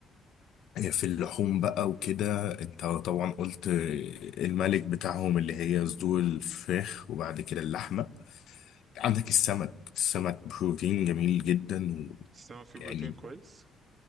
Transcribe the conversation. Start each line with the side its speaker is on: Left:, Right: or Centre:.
Left: في اللحوم بقى وكده انت طبعا قلت آه، الملك بتاعهم اللي هي صدور الفراخ وبعد كده اللحمة عندك السمك السمك بروتين جميل جدا
Right: السمك فيه
Left: يعني
Right: بروتين كويس